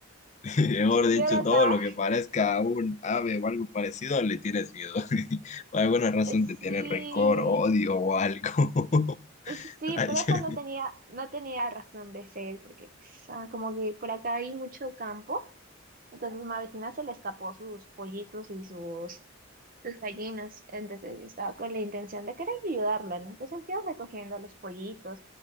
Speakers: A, on the left; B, on the right.
A: <laughs> Mejor dicho,
B: Yo la estaba
A: todo lo que parezca un ave o algo parecido, le tienes miedo. <laughs> Por alguna razón
B: Eh,
A: te tienes
B: Sí,
A: rencor, odio o algo.
B: es-
A: <laughs>
B: sí,
A: Ay,
B: pero eso
A: <laughs>
B: no tenía, no tenía razón de ser, porque pues, ah, como que por acá hay mucho campo, entonces mi vecina se le escapó sus pollitos y sus, sus gallinas, entonces yo estaba con la intención de querer ayudarla, ¿no? Entonces yo recogiendo los pollitos